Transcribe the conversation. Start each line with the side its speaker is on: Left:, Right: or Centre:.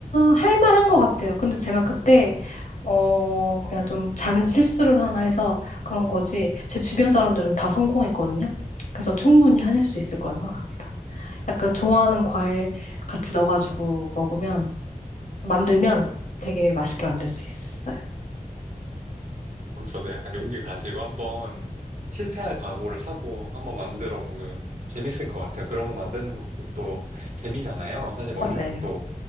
Left: 할 만한 것 같아요. 근데 제가 그때, 어, 그냥 좀 작은 실수를 하나 해서 그런 거지, 제 주변 사람들은 다 성공했거든요. 그래서 충분히 하실 수 있을 거라 생각합니다. 약간 좋아하는 과일 같이 넣어가지고 먹으면, 만들면 되게 맛있게 만들 수 있어요.
Right: 그럼 저도 약간 용기 가지고 한번 실패할 각오를 하고 한번 만들어 보면 재밌을 것 같아요. 그런 거 만드는 것도 또 재미잖아요. 사실 먹는
Left: 맞아요.
Right: 것도